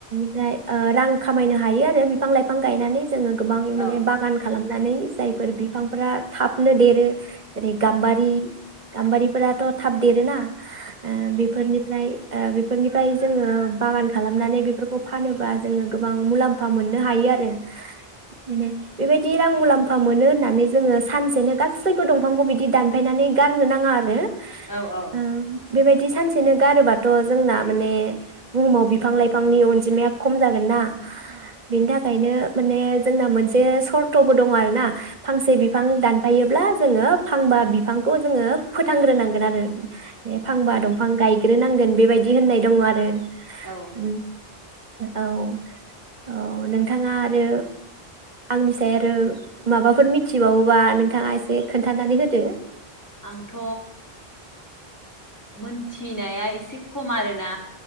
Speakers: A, on the right (about 45°); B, on the left (about 15°).
A: फ्राय रां खामायनो हायो आरो बिफां लाइफां गायनानै जोङो गोबां
B: औ
A: माने बागान खालाम नानै जायफोर बिफांफोरा थाबनो देरो जेरै गाम्बारि गाम्बारिफोराथ' थाब देरोना बेफोरनिफ्राय ओ बेफोरनिफ्राय जोङो बागान खालामनानै बेफोर खौ फानोबा जोङो गोबां मुलाम्फा मोननो हायो आरो <inaudible> माने बेबायदि रां मुलाम्फा मोनो होननानै जोङो सानसेनो गासैबो दंफांखौ बिदि दानफायनानै गारनो नाङा आरो।
B: औ औ
A: ओं बेबायदि सानसेनो गारोबाथ जोंना माने बुहुमाव बिफां लाइफांनि अनजि जिमाया खम जागोन ना बेनि थाखायनो माने जोंना मोनसे सर्तबो दङ आरो ना फांसे बिफां दान फायोब्ला जोङो फांबा बिफांखौ जोङो फोथांग्रोनांगोन आरो बे फांबा दंफां गाय ग्रोनांगोन बेबायदि होननाय दङ आरो
B: औ।
A: उम औ औ नोंथाङा आरो आंनिसे आरो माबाफोर मिथिबावोबा नोंथाङा एसे खोन्थानानै होदो।
B: आंथ मोनथिनाया एसे खम आरोना